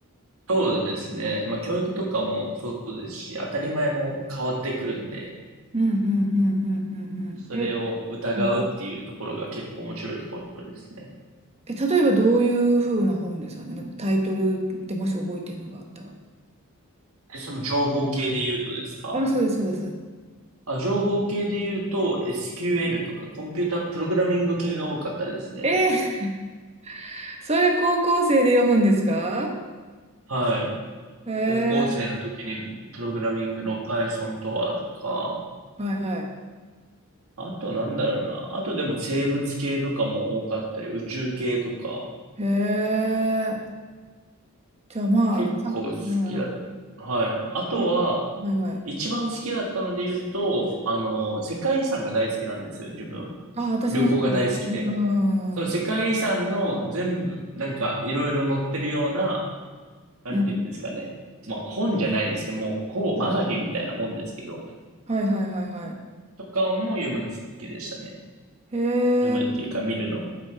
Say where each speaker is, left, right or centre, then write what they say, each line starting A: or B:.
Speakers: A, on the right; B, on the right.
A: そうですね。まあ、教育とかもそうですし、当たり前も変わってくるんで、
B: うん、うん、うん、うん、うん。
A: それを疑うっていうところが結構面白いところですね。
B: うんえ、うんえ、例えばどういうふうな本ですかね。タイトルでもし覚えてるのがあったら。
A: えその情報系で言うとですか
B: あ、そうです、そうです。
A: あ、情報系で言うと SQL とかコンピュータプログラミング系が多かったですね。
B: えー、<laughs> それ高校生で読むんですか
A: はい。
B: へえ、
A: 高校生の時にプログラミングの Python とはとか、
B: はいはい。
A: あとなんだろうな。あとでも生物系とかも多かったり、宇宙系とか、
B: へえ。じゃあまあ、
A: 結構好きだった。
B: さ、うん、
A: はい。あとは、
B: うんはいはい。
A: 一番好きだったので言うと、あの、世界遺産が大好きなんですよ、自分。
B: あ、私も好き。
A: 旅行が大好きで。
B: うん、
A: その世界遺産の全部、
B: うん、
A: なんかいろいろ載ってるような、なんていうんですかね。
B: うん。
A: まあ本じゃないですけど、もうほぼマガジンみたいなもんですけど、
B: はいはいはいはい。
A: とかも読むの好きでしたね。
B: へえ、
A: 読むっていうか見るの。